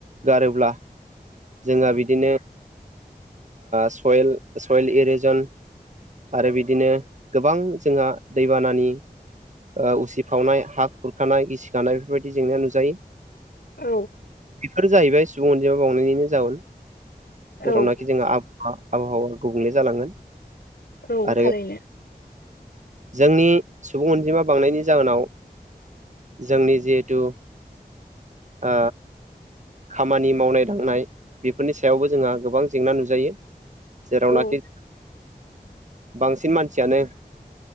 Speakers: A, on the right (about 50°); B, on the left (about 85°).
A: गारोब्ला जोंहा बिदिनो सयेल सयेल एरिजन आरो बिदिनो गोबां जोंहा दैबानानि उसिफावनाय हा खुरखानाय गिसिखानाय बेफोरबायदि जेंनाया नुजायो
B: औ
A: बेफोर जाहैबाय सुबुं अनजिमा बांनायनिनो जाउन
B: औ
A: जेरावनाखि जोंहा आबहावा आबहावा गुबुंले जालांगोन
B: औ
A: आरो
B: थारैनो
A: जोंनि सुबुं अनजिमा बांनायनि जाहोनाव जोंनि जिहेथु ओ खामानि मावनाय दांनाय बेफोरनि सायावबो जोंहा गोबां जेंना नुजायो जेरावनाखि
B: औ
A: बांसिन मानसियानो